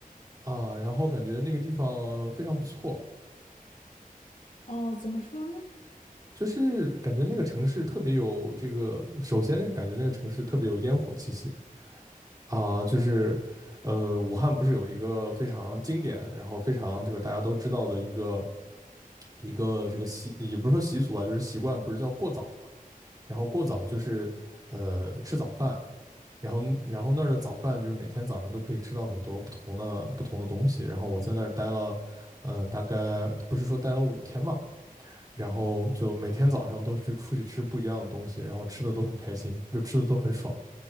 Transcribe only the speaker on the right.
啊，然后感觉那个地方非常不错，
就是感觉那个城市特别有这个，首先那个感觉那个城市特别有烟火气息。啊，就是，呃，武汉不是有一个非常经典，然后非常这个大家都知道的一个一个这个习，也不是说习俗吧，就是习惯，不是叫过早嘛？然后过早就是呃吃早饭，然后然后那儿的早饭就是每天早上都可以吃到很多不同的不同的东西。然后我在那儿待了，嗯、大概不是说待了五天嘛，然后就每天早上都去出去吃不一样的东西，然后吃的都很开心，就吃的都很爽。